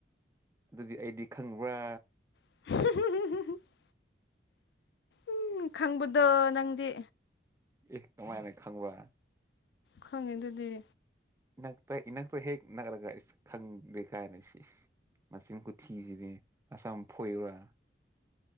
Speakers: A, on the right; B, on the left.
A: ꯑꯗꯨꯗꯤ ꯑꯩꯗꯤ ꯈꯪꯕ꯭ꯔꯥ
B: ꯍ ꯎꯝ ꯈꯪꯕꯗꯣ ꯅꯪꯗꯤ
A: ꯑꯦ ꯀꯃꯥꯏꯅ ꯈꯪꯕ
B: ꯈꯪꯉꯦ ꯑꯗꯨꯗꯤ
A: ꯏꯅ ꯇ ꯏꯅ ꯇ ꯍꯦꯛ ꯅ꯭ꯔꯒ ꯈꯪꯕꯅꯤꯁꯤ ꯃꯆꯤꯟ ꯀꯨꯊꯤꯁꯤꯗꯤ ꯑꯁꯝ ꯐꯣꯏꯔꯥ